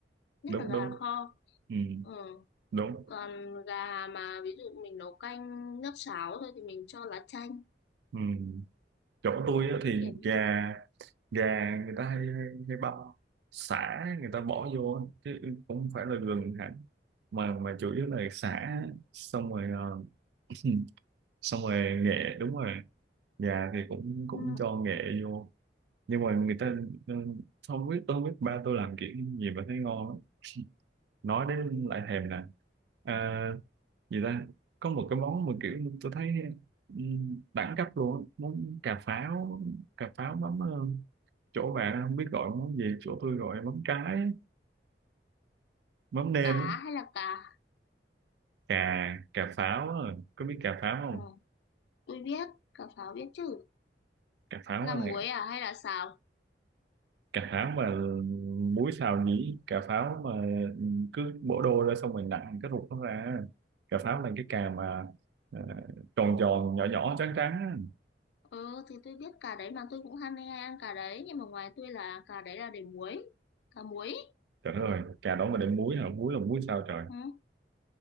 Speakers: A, on the left (about 70°); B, on the right (about 65°).
A: nhất
B: đúng
A: là gà
B: đúng
A: kho
B: ừ.
A: ừ.
B: đúng
A: còn gà mà ví dụ mình nấu canh nước sáo thôi thì mình cho lá chanh
B: ừ. chỗ tôi
A: Ừ,
B: á thì
A: kiểu như
B: gà gà người ta hay hay hay băm sả người ta bỏ vô á, chứ cũng không phải là gừng hẳn mà mà chủ yếu là sả xong rồi ờ, <clears throat> xong rồi nghệ đúng rồi gà thì cũng cũng
A: ừ.
B: cho nghệ vô nhưng mà người ta ờ, không biết tôi không biết ba tôi làm kiểu gì mà thấy ngon lắm nói đến lại thèm nè à, gì ta có một cái món mà kiểu tôi thấy ừm, đẳng cấp luôn á. món cà pháo cà pháo mắm ờ, chỗ bạn không biết gọi món gì chỗ tôi gọi mắm cái á, mắm nêm
A: cá
B: á.
A: hay là cá
B: cà cà pháo á. có biết cà pháo không
A: ừ. tôi biết cà pháo biết chứ
B: cà pháo
A: là muối
B: là
A: à hay là xào
B: cà pháo mà muối xào nhĩ cà pháo mà cứ bổ đôi ra xong mình nặn cái ruột nó ra á. cà pháo là cái cà mà ờ, tròn tròn nhỏ nhỏ trắng trắng á.
A: Ừ thì tôi biết cà đấy mà tôi cũng ham hay ăn cà đấy nhưng mà ngoài tôi là cà đấy là để muối cà muối
B: Trời đất ơi, cà đó mà đem muối hả? Muối là muối sao trời?
A: ừ.